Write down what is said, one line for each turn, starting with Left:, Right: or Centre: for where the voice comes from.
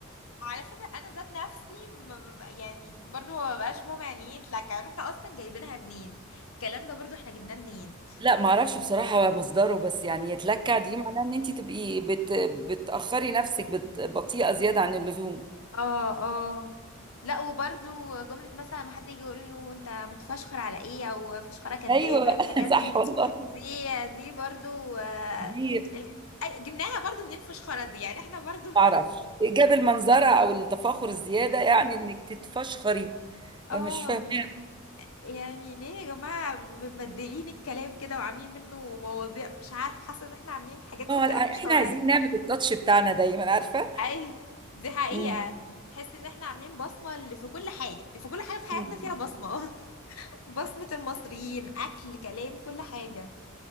Left: على فكرة انا ذات نفسي ما ببقى يعني برضو ما ببقاش فاهمة يعني ايه اتلكع يعني احنا اصلا جايبينها منين الكلام ده برضو احنا جبناه منين
Right: لا ما اعرفش بصراحه مصدره بس يعني يتلكع دي معناها ان انت تبقي بت بتاخري نفسك بت بطيئه زياده عن اللزوم
Left: اه اه لا وبرضو جملة مثلا ما حد يجي يقول له انت متفشخر على ايه او فشخرة كدابة
Right: ايوه
Left: الحاجات
Right: <laughs> صح
Left: دي
Right: والله
Left: دي دي برضو آه،
Right: دي
Left: ال- أي- جبناها برضو منين فشخرة دي يعني احنا برضو
Right: ما اعرفش جاب المنظره او التفاخر الزياده يعني انك تتفشخري
Left: اه
Right: مش فاهمه
Left: يعني ليه يا جماعة مبدلين الكلام كده وعاملين منه مواضيع مش عارف حاسة ان احنا عاملين حاجات
Right: اه
Left: في الكلام
Right: لا،
Left: مش
Right: احنا
Left: طبيعية
Right: عايزين نعمل التاتش بتاعنا دايما عارفه
Left: ايوه دي حقيقة
Right: مم.
Left: تحس ان احنا عاملين بصمة اللي في كل حاجة في كل حاجة في حياتنا
Right: مم.
Left: فيها بصمة <laughs> بصمة المصريين اكل كلام كل حاجة